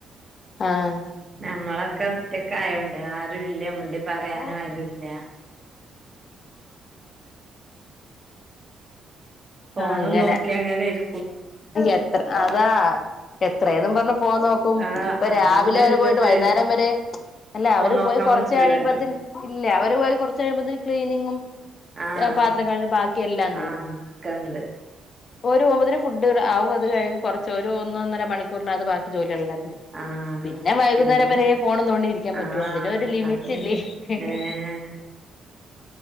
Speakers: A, on the left; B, on the right.
A: ആഹ്
B: നമ്മളൊക്കെ ഒറ്റക്ക് ആയോണ്ട് ആരും ഇല്ല മിണ്ടി പറയാനും
A: ആഹ്
B: ആരൂല്ല ഫോണും
A: അങ്ങനെ
B: നോക്കി അങ്ങനെ ഇരി
A: എത്ര അതാ എത്രേ ന്നും പറഞ്ഞഞ് ഫോൺ നോക്കും
B: ആഹ്
A: ഇപ്പൊ
B: അതന്നെ
A: രാവിലെ വരെ
B: ഇല്ലത്
A: പോയിട്ട് വൈന്നേരം വരെ അല്ല
B: ഫോൺ
A: അവര്
B: നോക്കാൻ
A: പോയി കൊറച്ച്
B: പറ്റൂലല്ലോ
A: കഴിയുമ്പത്തിന് ഇല്ല അവര് പോയി കുറച്ച് കഴിയുമ്പോത്തന് ക്ലീനിങ്ങും
B: ആഹ്
A: താ പാത്രം കഴു ബാക്കി എല്ലാം തീരും
B: ആഹ് ഒക്കെണ്ട്
A: ഒര് പോവ്മ്പോത്തിന് ഫുഡ് ങ്ങട്ട് ആവും അത് കഴിയുമ്പം കുറച്ച് ഒരു ഒന്ന് ഒന്നര മണിക്കൂറിനകത്ത് ബാക്കി ജോലിയല്ലാം തിരും.
B: ആഹ്
A: പിന്നെ വൈകുന്നേരം
B: പിന്നെ
A: വരെ ഫോണും തോണ്ടി ഇരിക്കാൻ പറ്റുവേ
B: ആഹ്
A: അതിന് ഒര് ലിമിറ്റ്
B: അതന്നെ
A: ഇല്ലേ ഹ.
B: ഏഹ്